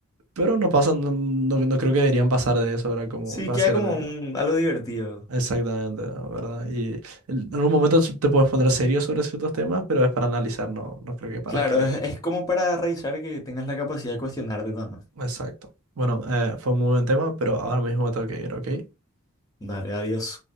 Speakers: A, on the right; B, on the left.
A: pero no pasan, no, no- no creo que deberían pasar de eso, ¿verdad? Como
B: Sí,
A: para
B: queda
A: hacer
B: como
A: algo.
B: un, algo divertido.
A: Exactamente, ¿verdad? Y en en algún momento te puedes poner serio sobre ciertos temas, pero es para analizar, no, no creo que para
B: Claro,
A: creer.
B: es, es como para revisar que tengas la capacidad de cuestionarte también.
A: Exacto. Bueno, eh, fue un muy buen tema, pero ahora mismo me tengo que ir, ¿ok?
B: Dale, adiós.